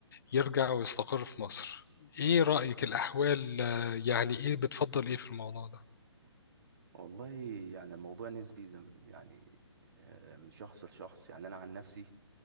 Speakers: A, on the left; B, on the right.
A: يرجع ويستقر في مصر؟ ايه
B: امم
A: رأيك الاحوال آه، يعني ايه بتفضل ايه في الموضوع ده؟
B: والله يعني الموضوع نسبي زم يعني آه، من شخص لشخص يعني انا عن نفسي